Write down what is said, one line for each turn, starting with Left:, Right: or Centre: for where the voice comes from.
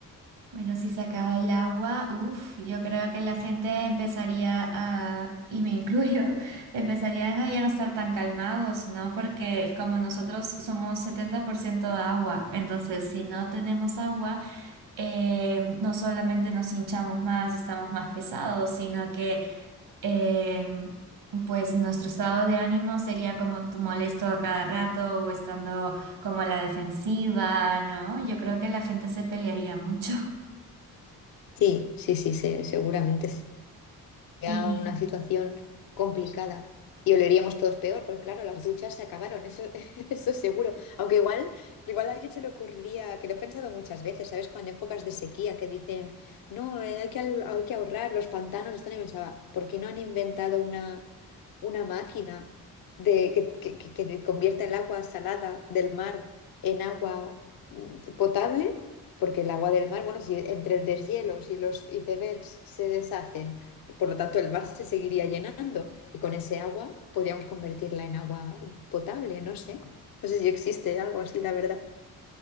Right: Bueno, si se acaba el agua, uff, yo creo que la gente empezaría a, y me incluyo, <laughs> empezarían a ya no estar tan calmados, ¿no? Porque es como nosotros somos 70% agua, entonces si no
Left: Ujú.
Right: tenemos agua, eh, no solamente nos hinchamos más y estamos más pesados, sino que eh, pues nuestro estado de ánimo sería como t- molesto a cada rato o estando como a la defensiva, ¿no? Yo creo que la gente se pelearía mucho. <laughs>
Left: Sí, sí, sí, se- seguramente sería
Right: Y
Left: una situación complicada y oleríamos todos peor, porque claro, las duchas se acabaron, eso, <laughs> eso seguro. Aunque igual, igual a alguien se le ocurriría, que lo he pensado muchas veces, ¿sabes? Cuando en épocas de sequía que dicen, no, eh, hay que, al- hay que ahorrar, los pantanos están, y pensaba, ¿por qué no han inventado una, una máquina de, que, que, que, que convierta el agua salada del mar en agua mm, potable? Porque el agua del mar, bueno, si entre el deshielo, si los icebergs se deshacen, por lo tanto, el mar se seguiría llenando y con ese agua podríamos convertirla en agua potable, no sé. No sé si existe algo así, la verdad.